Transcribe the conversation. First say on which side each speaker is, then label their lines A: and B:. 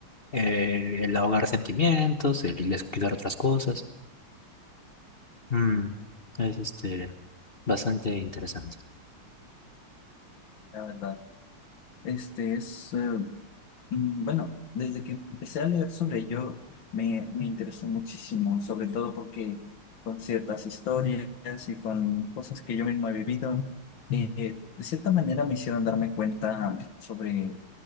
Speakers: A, on the left (about 35°); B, on the left (about 65°).
A: eh, el ahogar sentimientos, el descuidar otras cosas. Mm, es este bastante interesante.
B: la verdad. Este es, eh, Mm, Bueno, desde que empecé a leer sobre ello, me, me interesó muchísimo, sobre todo porque con ciertas historias y con cosas que yo mismo he vivido, eh, de cierta manera me hicieron darme cuenta sobre